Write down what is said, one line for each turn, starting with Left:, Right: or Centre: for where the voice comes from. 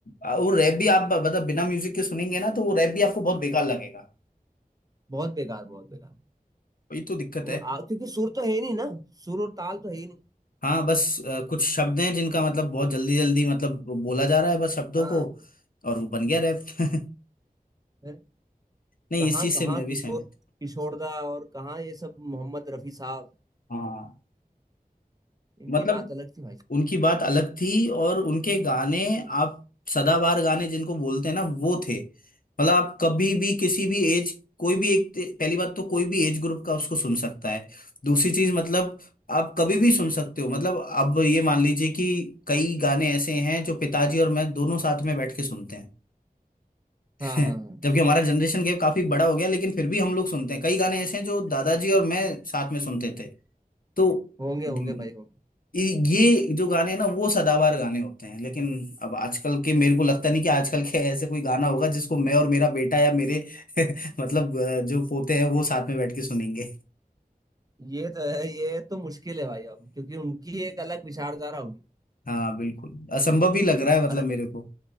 Left: और रैप भी आप मतलब बिना म्यूजिक के सुनेंगे ना तो वो रैप भी आपको बहुत बेकार लगेगा
Right: बहुत बेकार बहुत बेकार
Left: वही तो दिक्कत
Right: वो
Left: है
Right: आ, क्योंकि सुर तो है ही नहीं ना सुर और ताल तो है ही नहीं
Left: हाँ बस अ, कुछ शब्द हैं जिनका मतलब बहुत जल्दी जल्दी मतलब बोला जा रहा है बस शब्दों
Right: हाँ
Left: को और वो बन गया रैप <laughs>
Right: फिर
Left: नहीं
Right: कहाँ
Left: इस चीज
Right: कहाँ
Left: से मैं भी
Right: किशोर
Left: सहमत
Right: किशोरदा और कहाँ ये सब मोहम्मद रफी साहब
Left: हूँ। हाँ
Right: इनकी
Left: मतलब
Right: बात अलग थी भाई
Left: उनकी बात अलग थी और उनके गाने आप सदाबहार गाने जिनको बोलते हैं ना वो थे मतलब आप कभी भी किसी भी एज कोई भी एक पहली बात तो कोई भी एज ग्रुप का उसको सुन सकता है दूसरी चीज मतलब आप कभी भी सुन सकते हो मतलब अब ये मान लीजिए कि कई गाने ऐसे हैं जो पिताजी और मैं दोनों साथ में बैठ के सुनते हैं
Right: हाँ
Left: हैं
Right: हाँ हाँ
Left: जबकि हमारा जनरेशन गैप काफी बड़ा हो गया लेकिन फिर भी हम लोग सुनते हैं कई गाने ऐसे हैं जो दादाजी और मैं साथ में सुनते थे तो
Right: होंगे
Left: हम्म,
Right: होंगे भाई होंगे
Left: ये ये जो गाने हैं ना वो सदाबहार गाने होते हैं लेकिन अब आजकल के मेरे को लगता नहीं कि आजकल के ऐसे कोई गाना होगा जिसको मैं और मेरा बेटा या मेरे <laughs> मतलब अ, जो पोते हैं वो साथ में बैठ के सुनेंगे
Right: ये तो है ये तो मुश्किल है भाई अब क्योंकि उनकी एक अलग विचारधारा होगी
Left: हाँ बिल्कुल असंभव ही लग रहा है मतलब
Right: अरे
Left: मेरे को